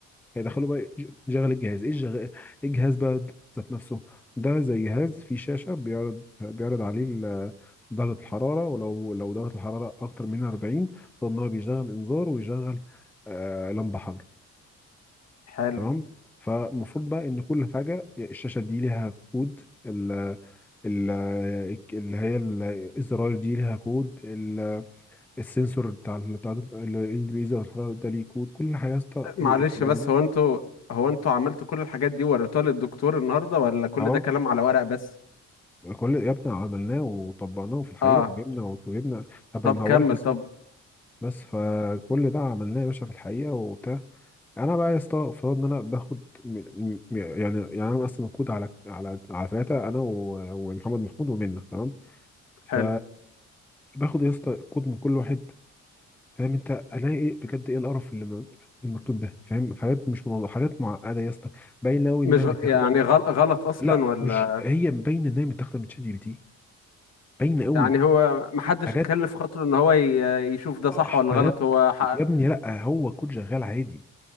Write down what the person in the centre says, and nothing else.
هيدخله بقى يج- يشغل الجهاز ايه الجغ- إيه الجهاز بقى د- ذات نفسه ده زي جهاز فيه شاشه بيعرض بيعرض عليه ال- درجه الحراره ولو لو درجه الحراره اكتر من 40 فان هو بيشغل انذار ويشغل آه لمبه حمراء
تمام فالمفروض بقى ان كل حاجه الشاشه دي ليها كود ال ال اللي هي ال- الزراير دي ليها كود ال- السنسور بتاع ال- بتاع ال- اللي بيزر الحرارة ده ليه كود كل حاجه يا اسطى
ليه في الاجزاء
اه
كل يا ابني عملناه وطبقناه في الحقيقه
وجبنا وجبنا هبقى
هوريك
الصور
بس فكل ده عملناه يا باشا في الحقيقة وبتاع انا بقى يا اسطى فرضنا ان انا باخد م- م- يعني يعني انا مقسم الكود على على على ثلاثه انا و- ومحمد محمود ومنة تمام ف
باخد يا اسطى الكود من كل واحد فاهم انت الاقي ايه بجد ايه القرف اللي م- المكتوب ده فاهم حاجات مش منظمه حاجات معقده يا اسطى باينه قوي
انها متاخده
لا
مش هي باينه انها متاخده من شات جي بي تي باينه قوي
حاجات
آه،
حاجات
يا ابني لا هو كود شغال عادي